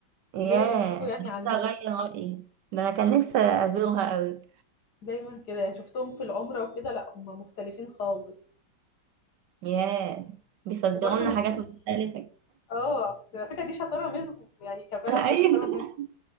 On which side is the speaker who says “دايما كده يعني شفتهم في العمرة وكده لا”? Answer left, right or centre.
Left